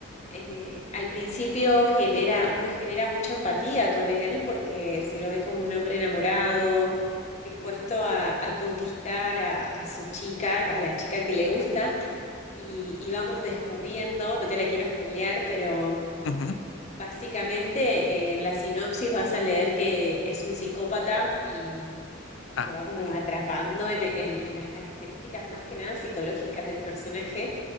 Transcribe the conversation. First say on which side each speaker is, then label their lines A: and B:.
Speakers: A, on the left; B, on the left.
A: eh, al principio genera, uno genera mucha empatía con él porque se lo ve como un hombre enamorado, dispuesto a, a conquistar a, a su chica, a la chica que le gusta y, y vamos descubriendo, no te la quiero spoilear, pero
B: Ujú.
A: eh, básicamente eh, en la sinopsis vas a leer que es un psicópata y, y
B: Ah,
A: te va
B: caray.
A: como atrapando en, en- en las características más que nada psicológicas del personaje.